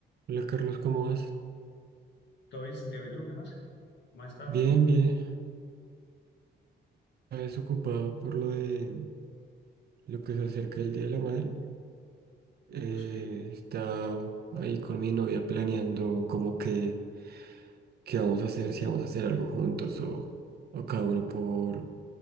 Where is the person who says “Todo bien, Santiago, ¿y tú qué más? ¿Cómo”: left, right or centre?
Left